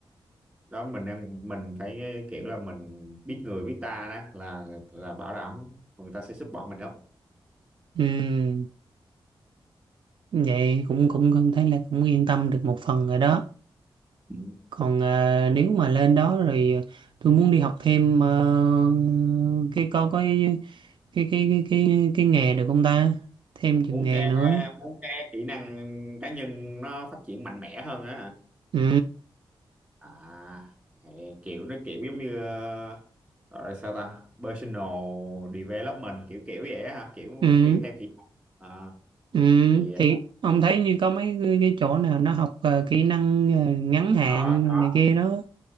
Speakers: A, on the right; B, on the right.
A: đó mình đang mình phải ờ, kiểu là mình biết người biết ta đó là là bảo đảm người ta sẽ support mình lắm
B: ừ vậy cũng cũng cũng thấy là cũng yên tâm được một phần rồi đó
A: Ừ.
B: còn ờ, nếu mà lên đó rồi tôi muốn đi học thêm ờ, cái có cái cái cái cái cái cái nghề được không ta thêm chừng
A: muốn
B: nghề
A: cái
B: nữa
A: muốn cái kỹ năng cá nhân nó phát triển mạnh mẽ hơn á hả?
B: ừ
A: à ê, kiểu nó kiểu giống như ờ, gọi là sao ta personal development kiểu kiểu vậy á hả kiểu
B: ừ
A: giống như theo kỹ năng à,
B: ừ
A: thì
B: thì ông thấy như có mấy cái, cái chỗ nào nó học ờ, kỹ năng ờ, ngắn hạn
A: đó
B: này kia đó